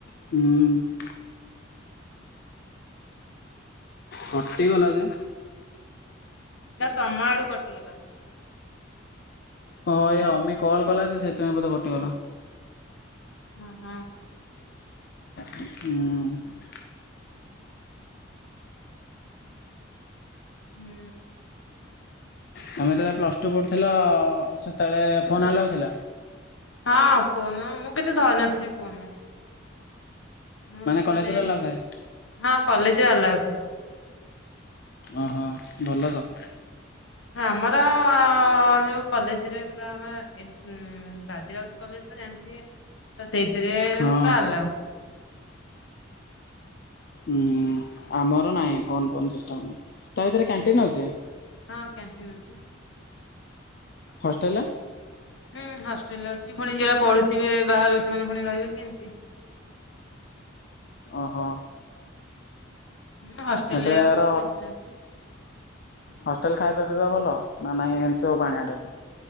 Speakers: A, on the left; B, on the left.
A: ହୁଁ। କଟିଗଲା ଯେ
B: ଏଟା ତମ ଆଡୁ କଟିଗଲା।
A: ହଁ ଏ ଅମି କଲ୍ କଲା ଯେ ସେଇଥିପାଇଁ ବୋଧେ କଟିଗଲା।
B: ହଁ- ହଁ।
A: ହୁଁ।
B: ହୁଁ।
A: ତମେ ଯେତେବେଳେ ପ୍ଲସ୍ ଟୁ ପଢ଼ୁଥିଲ, ସେତେବେଳେ ଫୋନ୍ ଆଲାଉ ଥିଲା?
B: ହଁ ଫୋନ୍ ମୁଁ କିନ୍ତୁ ଧରିନଥିଲି ଫୋନ୍। ମୁଁ
A: କଲେଜରେ
B: ମାନେ
A: ଆଲାଉ ଥାଏ?
B: ହଁ କଲେଜରେ ଆଲାଉଥାଏ।
A: ଓହ ଭଲ ତ।
B: ହ ଆମର ଯୋଉ କଲେଜରେ ପୁରା ଆ ଉଁ ବାଜି ରାଉତ କଲେଜ ତ ଜାଣିଥିବେ ତ ସେଇଥିରେ
A: ହଁ।
B: ପୁରା ଆଲାଉ।
A: ହୁଁ ଆମର ନାହିଁ ଫୋନ ଫୋନ ସିଷ୍ଟମ ନାହିଁ। ତା ଭିତରେ କ୍ୟାଣ୍ଟିନ୍ ଅଛି?
B: ହଁ କ୍ୟାଣ୍ଟିନ୍ ଅଛି।
A: ହଷ୍ଟେଲ୍?
B: ହୁଁ ହଷ୍ଟେଲ ଅଛି ପୁଣି ଯୋଉରା ପଢୁଥିବେ ବାହାରୁ ସେମାନେ ପୁଣି ରହିବେ କେମିତି।
A: ଓହୋ।
B: ହୁଁ ହଷ୍ଟେଲ
A: ଏଟାର
B: ଅଛି କ୍ୟାଣ୍ଟୀନ୍ ଅଛି।
A: ହଷ୍ଟେଲ୍ ଖାଇବା ପିଇବା ଭଲ ନା ନାହିଁ ଏମିତି ସବୁ ପାଣିଆ ଡ଼ାଲି?